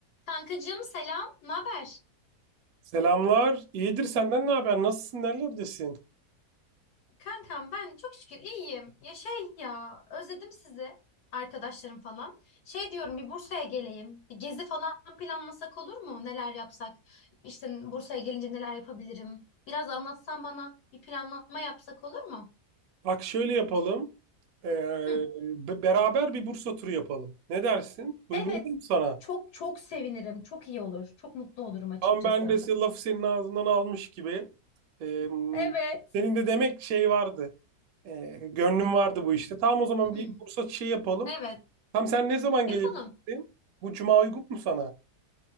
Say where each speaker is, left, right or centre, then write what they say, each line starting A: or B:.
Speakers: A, on the left; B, on the right.
A: Kankacığım selam, ne haber?
B: Selamlar. İyidir senden ne haber? Nasılsın? Nerelerdesin?
A: Kankam ben çok şükür iyiyim. Ya şey ya, özledim sizi, arkadaşlarım falan. Şey diyorum bir Bursa'ya geleyim. Bir gezi falan planlasak olur mu? Neler yapsak? İşte Bursa'ya gelince neler yapabilirim? Biraz anlatsan bana, bir planlama yapsak olur mu?
B: Bak şöyle yapalım. Ee,
A: Hı.
B: be- beraber bir Bursa turu yapalım. Ne dersin? Uygun
A: Evet,
B: olur mu sana?
A: çok çok sevinirim. Çok iyi olur. Çok mutlu olurum açıkçası.
B: Ama ben de se- lafı senin ağzından almış gibi. Ee,
A: Evet.
B: senin de demek şey vardı. Ee, gönlün vardı bu işte. Tamam o zaman
A: <clears throat>
B: bir Bursa şey yapalım.
A: Evet,
B: Tam sen ne zaman
A: yapalım.
B: gelebilirsin? Bu cuma uygun mu sana?